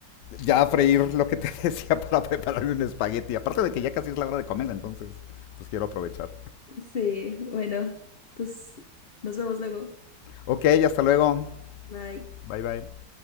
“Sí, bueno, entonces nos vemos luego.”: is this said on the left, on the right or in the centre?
Left